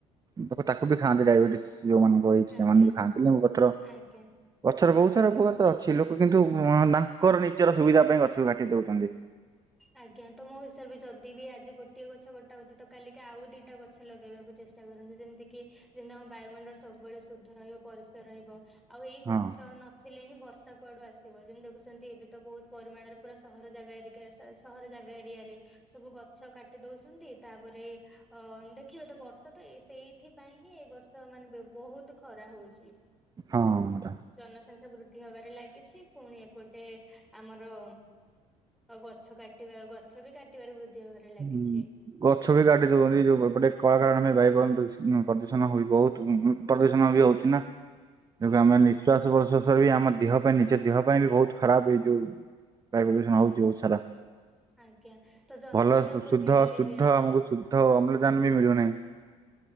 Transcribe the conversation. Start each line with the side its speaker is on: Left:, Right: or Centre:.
Right: ଲୋକ ତାକୁ ବି ଖାଆନ୍ତି ଡାଇବେଟିସ୍ ଯୋଉମାନଙ୍କୁ ହେଇଚି ସେମାନେ
Centre: ଆଜ୍ଞା
Right: ବି ଖାଆନ୍ତି ଲେମ୍ବୁ ପତ୍ର
Centre: ଆଜ୍ଞା
Right: ଗଛରେ ବହୁତ୍ ଗଛ ଉପକାର ତ ଅଛି ଲୋକ କିନ୍ତୁ ତାଙ୍କର ନିଜର ସୁବିଧା ପାଇଁ ଗଛକୁ କାଟି ଦଉଛନ୍ତି।
Centre: ଆଜ୍ଞା ତ ମୋ ହିସାବରେ ବି ଯଦି ବି ଆଜି ଗୋଟିଏ ଗଛ ଗଟା ହଉଛି ତ କାିକି ଆଉ ଦିଟା ଗଛ ଲଗେଇବାକୁ ଚେଷ୍ଟା କରନ୍ତୁ ଯେମିତିକି ଆମ ବାୟୁମଣ୍ଡଳ ସବୁବେଳେ ଶୁଦ୍ଧ ରହିବ ପରିଷ୍କାର ରହିବ। ଆଉ ଏଇ
Right: ହଁ
Centre: ଗଛ ନଥିଲେ ହିଁ ବ ବର୍ଷା କୁଆଡୁ ଆସିବ ଯେମିତି ଦେଖୁଛନ୍ତି ଏବେ ତ ବହୁତ ପରିମାଣରେ ପୁରା ସହର ଜାଗା ଏରିକା ଏସି ସହର ଜାଗା ଏରିଆରେ ସବୁ ଗଛ କାଟି ଦଉଛନ୍ତି ତାପରେ ଅ ଦେଖିବେ ତ ବର୍ଷ ତ ସେଇଥିପାଇଁ ହିଁ ଏ ବର୍ଷ ମାନେ ବହୁତୁ ଖରା ହଉଛି।
Right: ହଁ ଟା
Centre: ଜନସଂଖ୍ୟା ବୃ ବୃଦ୍ଧି ହବାରେ ଲାଗିଛି ପୁଣି ଏପଟେ ଆମର ଗଛ କାଟିବା ଗଛ ବି କାଟିବାରେ ବୃଦ୍ଧି। ହେବାରେ ଲାଗିଛି
Right: ହୁଁ ଗଛ ବି କାଟି ଦଉଚନ୍ତି ଯୋଉ ଏପଟେ କଳକାରଖାନା <unintelligible> ଉଁ ପ୍ରଦୂଷଣ ହୁଏ ବହୁତ୍ ପ୍ରଦୂଷଣ ବି ହଉଚି ନା। ଆମେ
Centre: ଆଜ୍ଞା
Right: ନିଃଶ୍ୱାସ ପ୍ରଶ୍ୱାସରେ ବି ଆମ ଦେହ ପାଇଁ ନି ଦେହ ପାଇଁ ବି ବହୁତ ଖରାପ ଏଇ ଯୋଉ ବାୟୁ ପ୍ରଦୂଷଣ ହଉଛି ବହୁତ ସାରା।
Centre: ଆଜ୍ଞା। ତ ଜନସଂଖ୍ୟା
Right: ଭଲ
Centre: ବୃଦ୍ଧି
Right: ଶୁଦ୍ଧ
Centre: ହେଲେ
Right: ଶୁଦ୍ଧ
Centre: ବି ଆଜ୍ଞା
Right: ଆମକୁ ଶୁଦ୍ଧ ଅମ୍ଲଜାନ ବି ମିଳୁନାହିଁ।